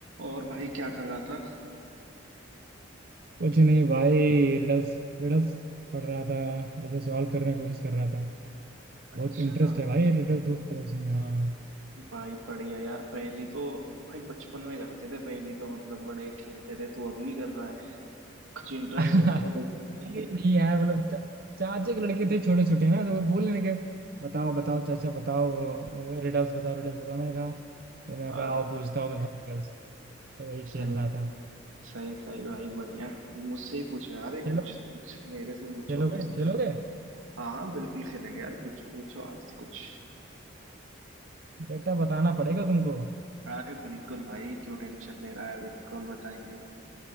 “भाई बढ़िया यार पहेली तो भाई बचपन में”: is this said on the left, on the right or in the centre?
Right